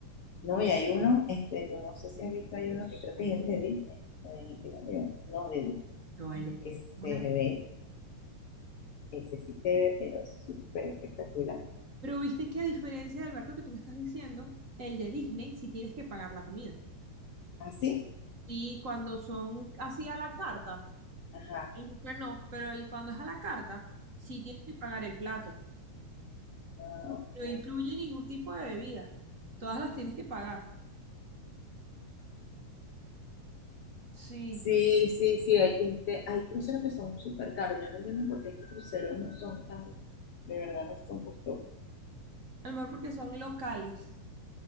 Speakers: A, on the left; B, on the right.
A: No, y hay uno, este, no sé si has visto, hay uno que creo que es el de Disney, o de Nickelodeon, no de Disney,
B: No, el de Disney.
A: que se
B: es una locura.
A: ve, ese sí se ve, pero súper espectacular.
B: Pero viste que a diferencia del barco que tú me estás diciendo, el de Disney sí tienes que pagar la comida.
A: ¿Ah, sí?
B: Y cuando son así a la carta,
A: Ajá,
B: el buffet no, pero el, cuando es a la carta, sí tienes que pagar el plato.
A: ah, ok.
B: No incluye ningún tipo de bebida. Todas las tienes que pagar. Sí,
A: Sí, sí, sí, hay, este, hay cruceros que son súper caros. Yo no entiendo por qué estos cruceros no son tan, De verdad no son costosos.
B: a lo mejor porque son locales.